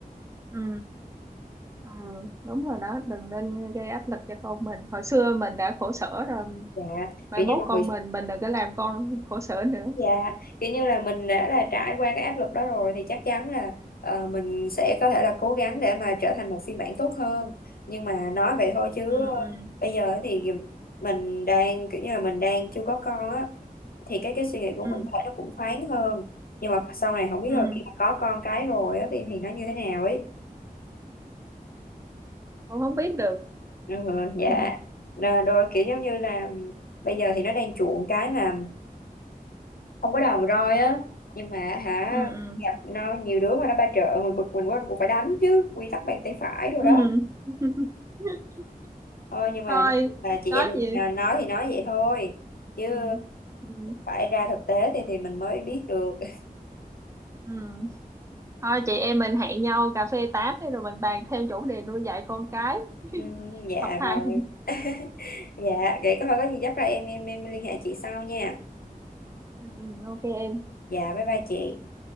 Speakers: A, on the right; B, on the left.
A: ừ Ừ, đúng rồi đó đừng nên gây áp lực cho con mình hồi xưa mình đã khổ sở rồi
B: dạ
A: mai
B: kiểu
A: mốt
B: như mọi
A: con
B: người
A: mình mình đừng có làm con khổ sở nữa
B: Dạ, kiểu như là mình đã là trải qua cái áp lực đó rồi thì chắc chắn là ờ, mình sẽ có thể là cố gắng để mà trở thành một phiên bản tốt hơn. Nhưng mà nói vậy thôi chứ
A: ừ ừ
B: bây giờ thì mình đang kiểu như là mình đang chưa có con á thì cái cái suy nghĩ của
A: ừ
B: mình có thể nó cũng thoáng hơn. Nhưng mà sau này không biết
A: ừ
B: rồi khi mà có con cái rồi á thì thì nó như thế nào ấy.
A: con không biết được
B: Ừ,
A: <laughs>
B: dạ.
A: ừ
B: Rồi, rồi kiểu giống như là bây giờ thì nó đang chuộng cái mà không có đòn roi á nhưng mà hả
A: ừ
B: gặp nó nhiều đứa mà nó ba trợ mình bực mình quá mình cũng phải đánh chứ quy tắc bàn tay phải rồi
A: ừ
B: đó
A: <laughs>
B: thôi nhưng mà
A: thôi
B: nếu như mà chị
A: có
B: em mình
A: gì
B: à, nói thì nói vậy thôi chứ
A: ừ. ừ.
B: phải ra thực tế thì thì mình mới biết được <laughs>
A: Ừ. Thôi chị em mình hẹn nhau cà phê tám đi rồi mình bàn thêm chủ đề nuôi dạy con cái <laughs>
B: Ừm, dạ
A: học
B: rồi
A: hành.
B: <laughs> dạ vậy có thôi có gì chắc là em em em liên hệ chị sau nha
A: Ừ, ok em.
B: dạ bye bye chị